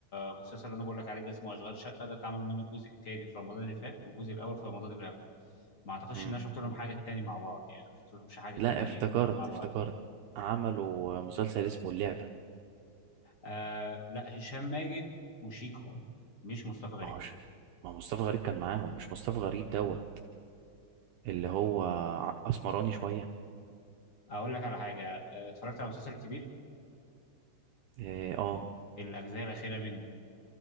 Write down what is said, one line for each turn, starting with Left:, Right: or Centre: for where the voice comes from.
Left: المسلسل اللي انا بقول لك عليه ده اسمه اشغال شقه ده اتعمل منه الجزء الثاني في رمضان اللي فات والجزء الاول في رمضان اللي قبل ما اعتقدش
Right: مم.
Left: ان انا شفت لهم حاجه تاني مع بعض يعني ما شفت لهمش حاجه
Right: لا
Left: تاني
Right: افتكرت
Left: هم الاثنين مع بعض
Right: افتكرت عملوا مسلسل اسمه اللعبه
Left: آه لا هشام ماجد وشيكو مش مصطفى غريب
Right: ما هوش ما هو مصطفى غريب كان معاهم مش مصطفى غريب دوت اللي هو ع- اسمراني شويه
Left: اقول لك على حاجه آه، اتفرجت على مسلسل كبير
Right: اه آه،
Left: الاجزاء الاخيره منه